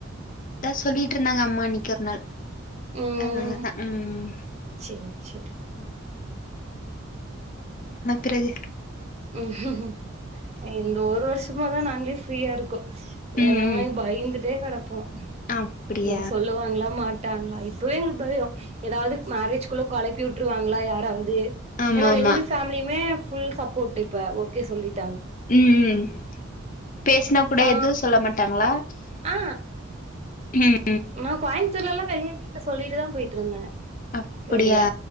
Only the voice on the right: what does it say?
ம்
சேரி சேரி
ம் இந்த ஒரு வருஷமாதான் நாங்களே ஃப்ரீயா இருக்கோம் இ
எல்லாம
பயந்துட் ட்டே கெடப்போ
இவுங்க சொல்லுவாங்களா மாட் டாங்களா இப்பவே எங்களுக்கு பயம் ஏதாவது மேரேஜ்கள்ள குழப்பி விட்டுருவாங்களா யாராவது இது
ஏன்னா ரெண்டு பேஃபேமிலியுமே ஃபுல் சப்போ்ட் இப்ப ஓகே சொல்லிட்
ஆ
ஆ
நா கோயம் இத்தன்நாளா வெளிய வீட்டுல சொல்லிட்டுதான் போயிட்டு இருந்தேன்
வெளியே